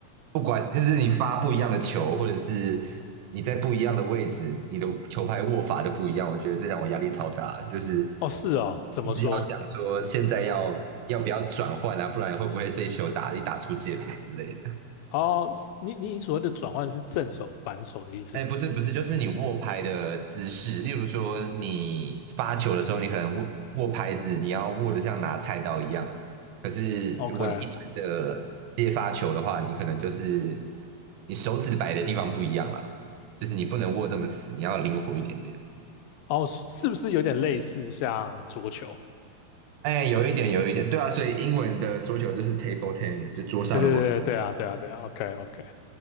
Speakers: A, on the right; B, on the left.
A: 不管就是你发不一样的球，或者是你在不一样的位置，你的球拍握法都不一样。我觉得这让我压力超大，就是
B: 哦，是哦，怎么说？
A: 一直要想说现在要要不要转换啊，不然会不会这一球打一打出界什么之类的。
B: 哦，你你所谓的转换是正手反手的意思吗
A: 哎，不是不是，就是你握拍的姿势，例如说你发球的时候，你可能握握拍子，你要握得像拿菜刀一样。可是如果你一般的接发球的话，
B: ？OK，
A: 你可能就是你手指摆的地方不一样了，就是你不能握这么死，你要灵活一点点。
B: 哦，是不是有点类似像桌球？
A: 哎，有一点有一点，对啊，所以英文的桌球就是 table tennis，就桌上的网球。
B: 对对对对啊，对啊对啊，OK OK。